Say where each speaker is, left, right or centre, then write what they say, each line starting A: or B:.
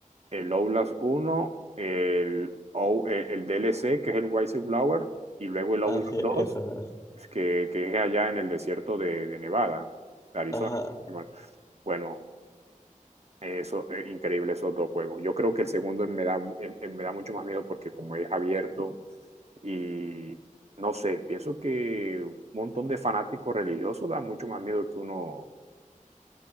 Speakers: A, on the right; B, on the left.
A: el Outlast uno el, O- eh, el DLC, que es el Whistleblower, y luego el
B: Ah,
A: Outlast
B: sí,
A: 2
B: eso es.
A: que, que es allá en el desierto de, de Nevada, de Arizona.
B: Ajá,
A: Bueno, bueno, eso es increíble esos dos juegos. Yo creo que el segundo me da, mu- eh, me da mucho más miedo porque como es abierto y no sé, pienso que un montón de fanáticos religiosos da mucho más miedo que uno